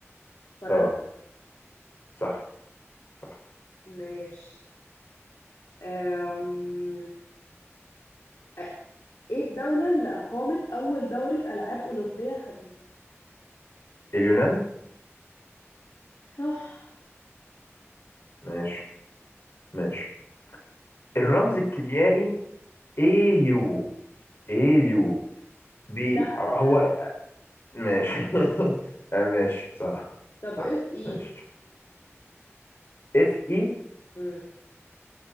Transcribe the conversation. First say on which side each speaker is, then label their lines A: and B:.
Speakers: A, on the left; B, on the left.
A: فرنسا
B: اه صح صح
A: ماشي أم... أ- ايه الدولة اللي أقامت أول دورة ألعاب أولمبية حديثة؟
B: اليونان
A: صح
B: ماشي ماشي الرمز الكيميائي AU AU بي
A: دهب
B: هو
A: دهب
B: ماشي <laughs> آه، ماشي صح
A: طب
B: صح
A: اف ايه؟
B: ماشي اف اي
A: مم.